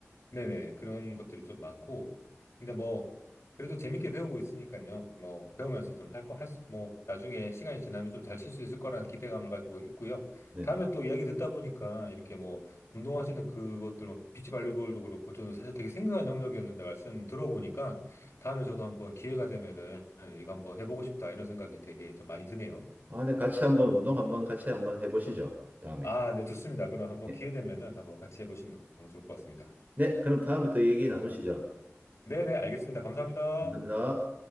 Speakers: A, on the left; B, on the right.
A: 네네, 그런 것들이 좀 많고, 근데 뭐, 그래도 재밌게 배우고 있으니까요. 뭐, 배우면서 좀 할 거, 할 수, 뭐, 나중에 시간이 지나면 좀 잘 칠 수 있을 거라는 기대감을 가지고 있고요.
B: 네네.
A: 다음에 또 이야기 듣다 보니까, 이렇게 뭐, 운동하시는 그것들, 뭐, 비치 발리볼도 그렇고, 저도 사실 되게 생소한 영역이었는데, 말씀 들어보니까, 다음에 저도 한번 기회가 되면은, 이거 한번 해보고 싶다, 이런 생각이 되게 좀 많이 드네요.
B: 아, 네, 같이 한번 운동 한번 같이 한번 해보시죠. 다음에.
A: 아, 네, 좋습니다. 그럼 한번
B: 네.
A: 기회 되면은 한번 같이 해보시면 너무 좋을 것 같습니다.
B: 네, 그럼 다음에 또 얘기 나누시죠.
A: 네네, 알겠습니다. 감사합니다.
B: 감사합니다.